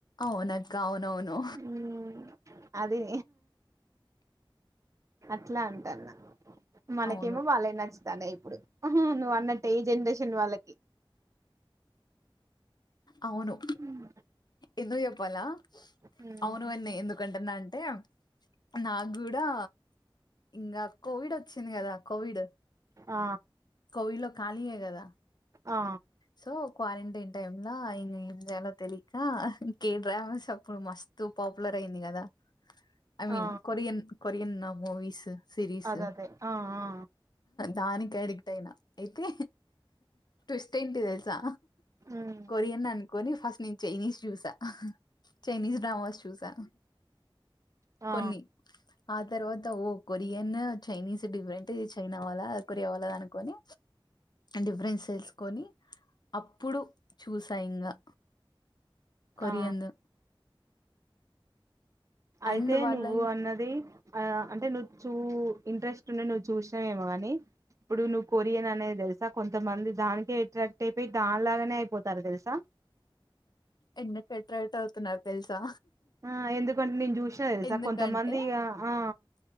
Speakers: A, on the left (about 50°); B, on the right (about 35°).
A: అవునక్కా అవునవును
B: మ్మ్ అది అట్లా అంటన్న మనకేమో
A: అవును.
B: వాళ్ళ యి నచ్చ నువ్వు అన్నట్టే ఈ జనరేషన్ వాళ్ళకి
A: అవును
B: ఉమ్
A: ఎందుకు చెప్ప లా
B: ఉమ్
A: అవునువన్నీ ఎందుకంటన్నా అంటే నాకు కూడా ఇంగా కోవిడ్ వచ్చింది కదా కోవిడ్
B: ఆ
A: కోవిడ్లో ఖాళీయే కదా.
B: ఆ
A: సో క్వారంటైన్ టైమ్ లో ఇంగా ఏం చేయాలో తెలీక కె డ్రామస్ అప్పుడు మస్తు పాపులర్ అయింది కదా. ఐ
B: ఆ
A: మీన్ కొరియన్ కొరియన్ నా మూవిస్ సిరీస్
B: అదదే ఆ ఆ
A: దానికి అడిక్ట్ అయితే ట్విస్ట్ ఏంటి తెల్సా
B: ఉమ్
A: కొరియన్ అనుకొని ఫస్ట్ నేను చైనీస్ చ్యూసా. ఆహ్ చైనీస్ డ్రామాస్ చూసా.
B: ఆ
A: కొన్ని ఆ తర్వాత ఓ కొరియన్ చైనీస్ డిఫరెంట్ ఇది చైనా వాళ్ళది, అది కొరియా వాళ్ళది అను కొని డిఫరెన్స్ తెల్సుకొని అప్పుడు చూసా ఇంగా కొరియందు
B: ఆ అయితే
A: అండ్ వాళ్ళవి
B: నువ్వు అన్నది ఆ అంటే నువ్వు చూ ఇంట్రెస్ట్ ఉండే నువ్వు చూసినవేమో కాని. ఇప్పుడు నువ్వు కొరియన్ అనేది తెలుసా కొంతమంది దానికే అట్రాక్ట్ అయిపోయి దాని లాగానే అయిపోతారు తెలుసా.
A: ఎందుకు అట్రాక్ట్ అవుతున్నారు తెలుసా.
B: ఆ ఎందుకంటే నేను చూశినా తెలుసా
A: ఎందుకంటే
B: కొంతమంది ఇగా ఆ